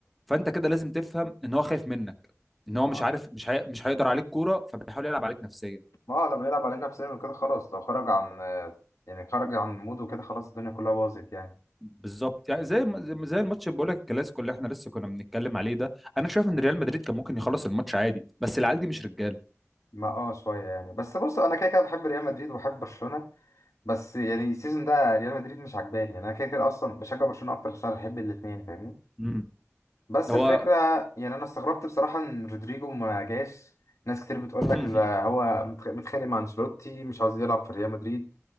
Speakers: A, in the centre; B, on the left.
A: فانت كده لازم تفهم ان هو خايف منك ان هو مش
B: ما
A: عارف مش هي... مش هيقدر عليك كوره فبيحاول يلعب عليك نفسيا
B: ما هو لما يلعب علينا نفسنا كده خلاص لو خرج عن يعني خرج عن موده كده خلاص الدنيا كلها باظت يعني
A: بالظبط يعني زي ما- زي ما- زي الماتش اللي بقول لك الكلاسيكو اللي احنا لسه كنا بنتكلم عليه ده انا شايف ان ريال مدريد كان ممكن يخلص الماتش عادي بس العيال دي مش رجاله
B: ما اه شويه يعني بس بص انا كده كده بحب ريال مدريد وبحب برشلونه بس يعني السيزون ده ريال مدريد مش عجباني يعني انا كده كده اصلا بشجع برشلونه اكتر عشان بحب الاثنين فاهمني
A: امم
B: بس
A: هو
B: الفكره يعني انا استغربت بصراحه ان رودريجو ما جاش ناس كتير بتقول
A: <laughs>
B: لك لا هو متخ- متخانق مع انشيلوتي مش عاوز يلعب في ريال مدريد